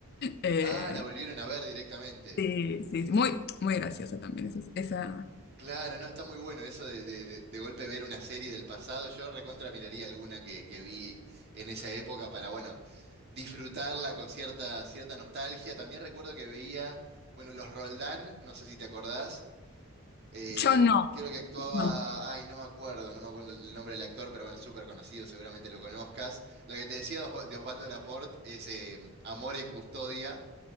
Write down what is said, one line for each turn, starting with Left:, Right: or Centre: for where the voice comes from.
Left: Eh,
Right: Ah, la volvieron a ver directamente.
Left: sí, sí, sí, muy, muy graciosa también esa, esa-
Right: Claro, no, está muy bueno eso de, de, de- de golpe ver una serie del pasado. Yo recontra miraría alguna que, que vi en esa época para, bueno, disfrutarla con cierta, cierta nostalgia. También recuerdo que veía, bueno, los Roldán, no sé si te acordás. eh,
Left: Yo no,
Right: creo que actuaba,
Left: no.
Right: ay, no me acuerdo, no me acuerdo el nombre del actor, pero bueno, súper conocido, seguramente lo conozcas. La que te decía de Osva- de Osvaldo Laport es eh, Amor en Custodia,